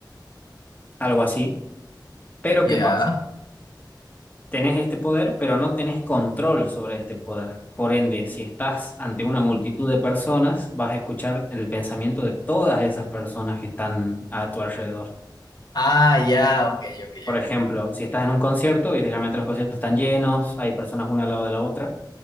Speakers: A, on the left; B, on the left.
A: Algo así. Pero ¿qué
B: ya.
A: pasa? Tenés este poder, pero no tenés control sobre este poder. Por ende, si estás ante una multitud de personas, vas a escuchar el pensamiento de todas esas personas que están a tu alrededor.
B: Ah, ya, ok, ok,
A: Por
B: ok.
A: ejemplo, si estás en un concierto, y generalmente los conciertos están llenos, hay personas una al lado de la otra,